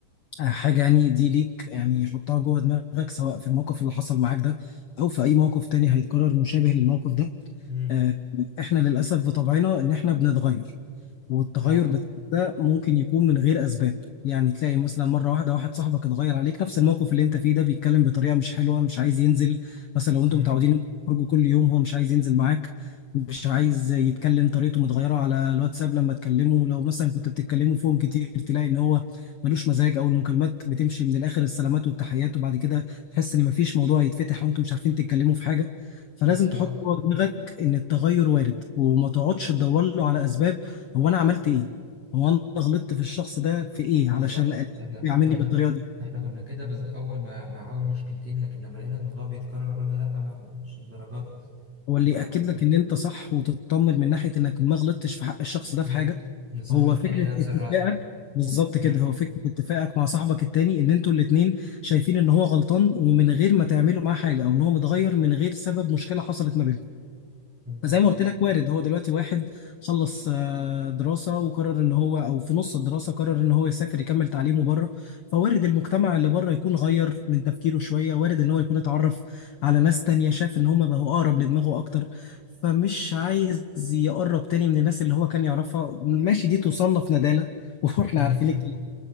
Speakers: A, on the left; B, in the centre.
A: آه، حاجه يعني دي ليك يعني حطها جوه دماغك سواء في الموقف اللي حصل معاك ده او في اي موقف تاني هيتكرر مشابه للموقف ده
B: امم
A: آه، احنا للاسف بطبعنا ان احنا بنتغير والتغير
B: اه
A: بتاعك ده ممكن يكون من غير اسباب يعني تلاقي مثلا مره واحده واحد صاحبك اتغير عليك نفس الموقف اللي انت فيه ده بيتكلم بطريقه مش حلوه مش عايز ينزل مثلا لو انتوا
B: امم
A: متعودين انتوا تخرجوا كل يوم هو مش عايز ينزل معاك مش عايز يتكلم طريقته متغيره على الواتساب لما تكلمه لو مثلا كنت بتتكلموا فيهم كتير تلاقي ان هو ملوش مزاج او المكالمات بتمشي من الاخر السلامات والتحيات وبعد كده تحس ان مفيش موضوع يتفتح وانتوا مش عارفين تتكلموا في حاجه فلازم
B: بالظبط
A: تحط
B: اه
A: جوه دماغك ان التغير وارد وما تقعدش تدور له على اسباب هو انا عملت ايه هو انا غلطت في الشخص ده في ايه
B: بالظبط
A: علشان ألاقيه
B: احنا
A: يعاملني
B: احنا
A: بالطريقه دي
B: احنا كنا كده بز... اول ما مع اول مشكلتين لكن لما لقينا الموضوع بيتكرر قلنا لا بقى احنا مش الدرجات دي
A: هو اللي
B: و
A: ياكد لك ان انت صح وتطمن من ناحيه انك ما غلطتش في حق الشخص ده
B: مم.
A: في حاجه
B: ان صاحبي
A: هو
B: التاني
A: فكره
B: نفس
A: اتفاقك
B: الرأي
A: بالظبط كده
B: مم.
A: هو فكره اتفاقك مع صاحبك التاني ان انتوا الاتنين شايفين ان هو غلطان ومن غير ما تعملوا معاه حاجه او ان هو متغير من غير سبب مشكله حصلت ما بينكم
B: بالظبط
A: فزي ما قلت لك وارد هو دلوقتي واحد خلص آه، دراسة وقرر ان هو او في نص الدراسة قرر ان هو يسافر يكمل تعليمه بره فوارد المجتمع اللي بره يكون غير من تفكيره شوية وارد ان هو يكون اتعرف على ناس تانية شاف ان هما بقوا اقرب لدماغه اكتر فمش عايز يقرب تاني من الناس اللي هو كان يعرفها ماشي دي تصنف ندالة <laughs> واحنا
B: مم.
A: عارفين
B: <laughs>